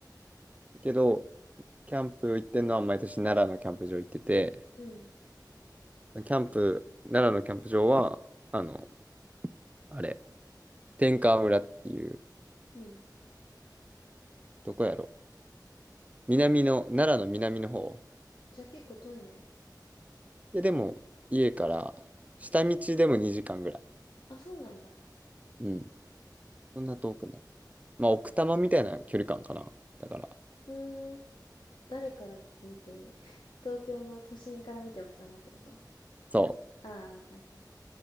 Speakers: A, on the right; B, on the left.
A: う。けど、キャンプ行ってんのは毎年奈良のキャンプ場行ってて、
B: うん。
A: キャンプ、奈良のキャンプ場は、あの、あれ、天川村っていう、
B: うん。
A: どこやろ。南の、奈良の南の方。
B: じゃあ結構遠いね。
A: いや、でも、家から、下道でも2時間ぐらい。
B: あ、そうなんだ。
A: うんそんな遠くない。まあ、奥多摩みたいな距離感かな。だから、
B: ふーん。誰から見て、<laughs> 東京の都心から見て奥多摩ってこと
A: そう。
B: ああー、はいはい。